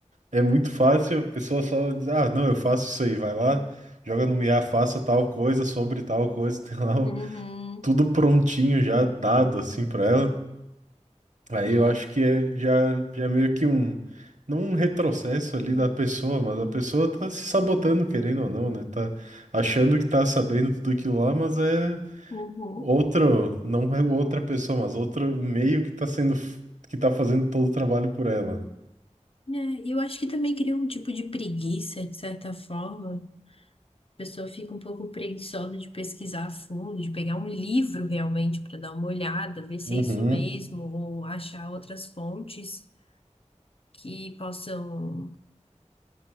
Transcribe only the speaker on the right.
é muito fácil a pessoa só dizer ah, não, eu faço isso aí, vai lá, joga no IA, faça tal coisa sobre tal coisa, <laughs> tem lá o-
tudo prontinho já dado assim para ela. Aí
eu acho que é, já, já é meio que um, não um retrocesso ali da pessoa, mas a pessoa tá se sabotando, querendo ou não, né? Tá achando que tá sabendo tudo aquilo lá, mas é
Outro, não é outra pessoa, mas outro meio que tá sendo, que tá fazendo todo o trabalho por ela.
Uhum,